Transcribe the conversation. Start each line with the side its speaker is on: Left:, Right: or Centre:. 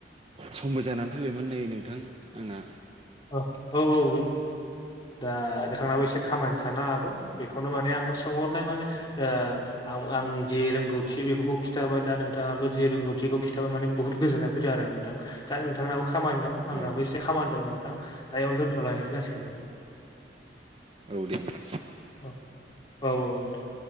Right: समबो जाना फैबायमोन नै नोंथां आंना।
Left: अ औ औ औ। दा नोंथाङाबो एसे खामानि थानो हागौ बेखौनो माने आंबो सोंहरनाय माने ओ आं आं जि रोंगौथि बेफोरखौ खिथाबाय दा नोंथाङाबो जि रोंगौथिखौ इखौ खिथाबा माने बुहुत गोजोननाय फैदों आरो। नोंथां। दा नोंथांनाबो खामानि दं
Right: औ
Left: आंनाबो एसे खामानि दं नोंथां। दा इयावनो दोनथ'लायनाय जासिगोन नोंथां।
Right: औ दे होमबा
Left: अ औ औ नोंथां।